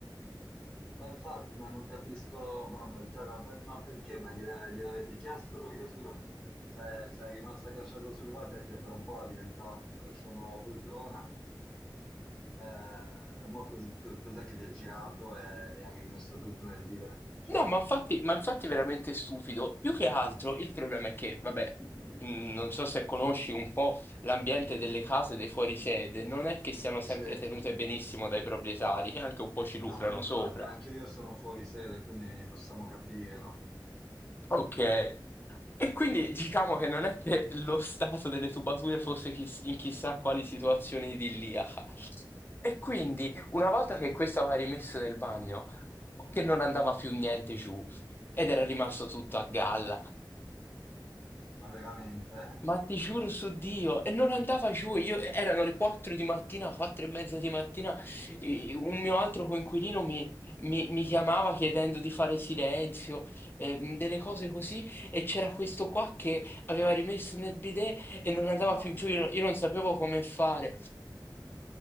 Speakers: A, in the centre; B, on the left.
A: Ma infatti, ma non capisco, ma, ma- cioè, ma per- ma perché? Ma gliela- gliel'avete chiesto? Perché scusami, se, se è rimasto accasciato sul water che fra un po' diventava la sua nuova poltrona, eh, mo cos- co- cos'è che gli ha girato e, e ha rimesso tutto nel bidet? Cioè,
B: No, ma infatti, ma infatti è veramente stupido. Più che altro il problema è che, vabbè, mh, non so se conosci un po' l'ambiente delle case dei fuorisede, non è che siano sempre
A: sì,
B: tenute benissimo dai proprietari, che anche un po' ci lucrano
A: no, infatti
B: sopra.
A: anche io sono fuori sede, quindi possiamo capire, no?
B: Ok. E quindi diciamo che non è che lo stato delle tubature fosse chiss- in chissà quali situazione idilliaca. E quindi una volta che questo aveva rimesso nel bagno, o che non andava più niente giù ed era rimasto tutto a galla.
A: Ma veramente? eh?
B: Ma ti giuro su Dio, e non andava giù, io, erano le 4 di mattina, 4 e mezza di mattina, e un mio altro coinquilino mi, mi- mi chiamava chiedendo di fare silenzio, ehm, delle cose così, e c'era questo qua che aveva rimesso nel bidet e non andava
A: Ma va.
B: più giù, io, non io non sapevo come fare.